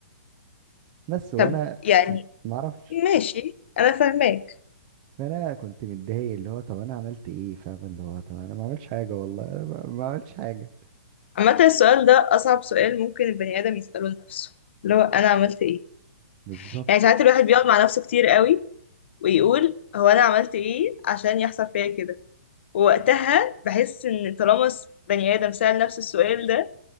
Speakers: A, on the right; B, on the left.
A: بس وانا
B: طب يعني
A: ما اعرفش
B: ماشي انا فاهماك
A: فانا كنت متضايق اللي هو طب انا عملت ايه فاهم اللي هو طب انا ما عملتش حاجه والله انا ما ما عملتش حاجه
B: عامه السؤال ده اصعب سؤال ممكن البني ادم يساله لنفسه اللي هو انا عملت ايه
A: بالظبط
B: يعني ساعات الواحد بيقعد مع نفسه كتير قوي ويقول هو انا عملت ايه عشان يحصل فيا كده وقتها بحس ان طالما س- بني ادم سأل نفسه السؤال ده